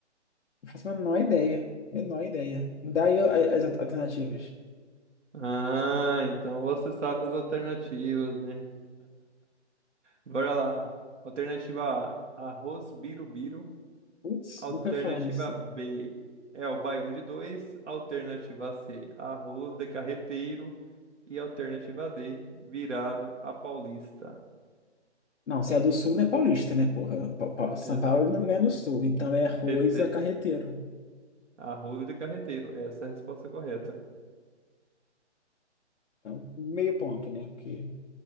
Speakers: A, on the left; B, on the right.
A: Não faço a menor ideia. Menor ideia. Me dá aí a- as alternativas.
B: Ah, então você sabe das alternativas, né? Bora lá. Alternativa A, arroz birubiru.
A: Putz,
B: Alternativa
A: nunca ouvi falar nisso.
B: B, é o baião de dois. Alternativa C, arroz de carreteiro. E alternativa D, virado a paulista.
A: Não, se é do sul não é paulista, né, porra? Pa- Pa- São
B: Exato.
A: Paulo não é no sul, então é arroz
B: CT,
A: a carreteiro.
B: arroz de carreteiro. Essa é a resposta correta.
A: Então, meio ponto, né? Porque.